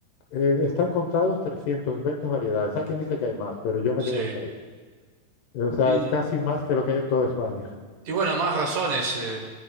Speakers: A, on the left (about 75°); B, on the right (about 75°).
A: Eh, están contados 320 variedades. Hay quien dice que hay más, pero yo me
B: sí.
A: quedo hasta ahí. O sea,
B: Y,
A: es casi más que lo que hay en toda España. <laughs>
B: y bueno, más razones. eh,